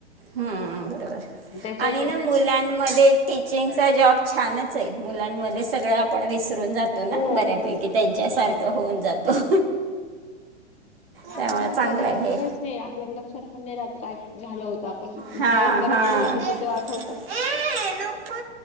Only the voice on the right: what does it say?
बरोबर
आणि ना मुलांमध्ये टीचिंगचा जॉब छान मु सग आप विसरून जातो
ना बऱ्यापैकी
त्यांच्याार होऊन जातो त्यामुळे
चांगलं
आहे हे.
हां
हां
ए
नको